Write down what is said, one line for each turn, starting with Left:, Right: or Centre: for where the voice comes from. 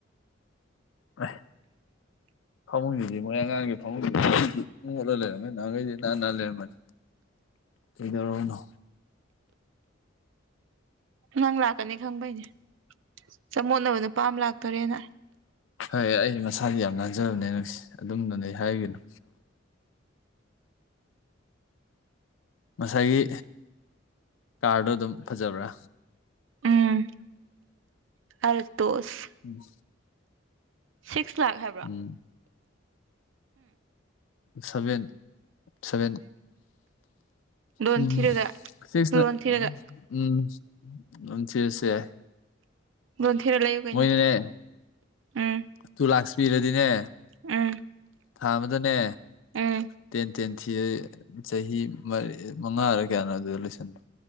Left: ꯑꯥꯏ ꯐꯃꯨꯡꯁꯤꯗꯤ ꯃꯣꯏ ꯑꯉꯥꯡꯒꯤ ꯐꯃꯨꯡꯁꯤ <unintelligible> ꯃꯣꯠꯂ ꯂꯩꯔꯝꯃ‌ꯦ ꯅꯍꯥꯟꯒꯩꯗꯤ ꯅꯥꯟ ꯅꯥꯟ ꯂꯩꯔꯝꯕꯅꯤ
Right: <inaudible>
Left: ꯀꯩꯗꯧꯔꯅꯣ
Right: ꯅꯪ ꯂꯥꯛꯀꯅꯤ ꯈꯪꯕꯩꯅꯦ ꯆꯃꯣꯠꯅꯕ ꯅꯨꯄꯥꯥꯃ ꯂꯥꯛꯇꯣꯔꯦꯅ
Left: ꯍꯩꯏ ꯑꯩ ꯃꯁꯥꯗꯤ ꯌꯥꯝ ꯅꯥꯟꯖꯕꯅꯦ <unintelligible> ꯑꯗꯨꯝꯕꯗꯤ ꯍꯥꯏꯒꯅꯨ ꯉꯁꯥꯏꯒꯤ ꯀꯥꯔꯗꯣ ꯗꯨꯝ ꯐꯖꯕ꯭ꯔꯥ
Right: ꯎꯝ <unintelligible>
Left: ꯎꯝ
Right: ꯁꯤꯛꯁ ꯂꯥꯛꯈ ꯍꯥꯏꯕ
Left: ꯎꯝ ꯁꯚꯦꯟ ꯁꯚꯦꯟ
Right: ꯂꯣꯟ
Left: ꯎꯝ
Right: ꯊꯤꯔꯒ
Left: ꯁꯤꯛꯁꯅ
Right: ꯂꯣꯟ ꯊꯤꯔꯒ
Left: ꯎꯝ <unintelligible>
Right: ꯂꯣꯟ ꯊꯤꯔ ꯂꯩꯌꯨ ꯀꯩꯅꯣ
Left: ꯃꯣꯏꯅꯅꯦ
Right: ꯎꯝ
Left: ꯇꯨ ꯂꯥꯛꯁ ꯄꯤꯔꯗꯤꯅꯦ
Right: ꯎꯝ
Left: ꯊꯥ ꯑꯃꯗꯅꯦ
Right: ꯎꯝ
Left: ꯇꯦꯟ ꯇꯦꯟ ꯊꯤ ꯌ‌ꯦ ꯆꯍꯤ ꯃꯔꯤ ꯃꯉꯥꯔ ꯀꯌꯥꯅꯣ ꯑꯗꯨꯗ ꯂꯣꯏꯁꯟꯕ